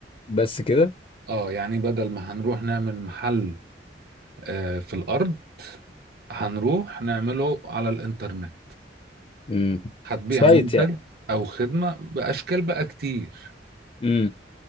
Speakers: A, on the left; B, on the right.
A: بس كده
B: اه يعني بدل ما هنروح نعمل محل آه في الأرض هنروح نعمله على الإنترنت
A: امم
B: هتبيع
A: سايت
B: منتج
A: يعني
B: أو خدمة بأشكال بقى كتير
A: امم